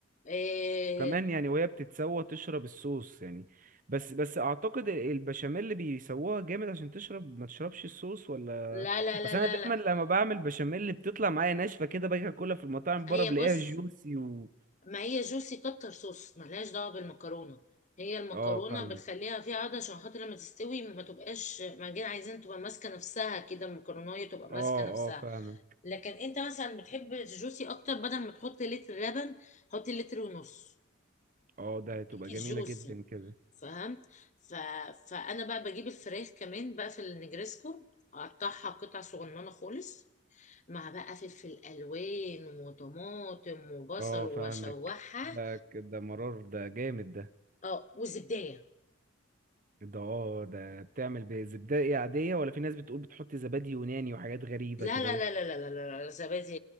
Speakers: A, on the left; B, on the right.
A: إيه
B: كمان يعني وهي بتتسوى تشرب الصوص يعني بس بس اعتقد ال- البشاميل اللي بيسووها جامد عشان تشرب ما تشربش الصوص ولا
A: لا لا لا
B: اصل
A: لا
B: انا دايما
A: لا
B: لما بعمل بشاميل بتطلع معايا ناشفه كده باجي اكلها في المطاعم
A: هي
B: بره بلاقيها
A: بص
B: جوسي و
A: ما هي جوسي كتر صوص ملهاش دعوة بالمكرونة هي المكرونة
B: اه فاهمك
A: بتخليها فيها عضة عشان خاطر لما تستوي ما تبقاش معجنة عايزين تبقى ماسكة نفسها كده المكرونية تبقى ماسكة
B: اه
A: نفسها
B: اه فاهمك
A: لكن انت مثلا بتحب الجوسي اكتر بدل ما تحط لتر لبن حط لتر ونص
B: اه ده
A: يديكي
B: هتبقى جميله
A: الجوسي
B: جدا كده
A: فهمت ف... فانا بقى بجيب الفراخ كمان بقى في النجرسكو اقطعها قطع صغننة خالص مع بقى فلفل الوان وطماطم وبصل
B: اه
A: واشوحها
B: فاهمك ده ده مرار ده جامد ده
A: اه والزبدية
B: ده اه ده بتعمل بزبدة عادية ولا في ناس بتقول بتحط زبادي يوناني وحاجات غريبة
A: لا
B: كده
A: لا لا لا لا لا لا زبادي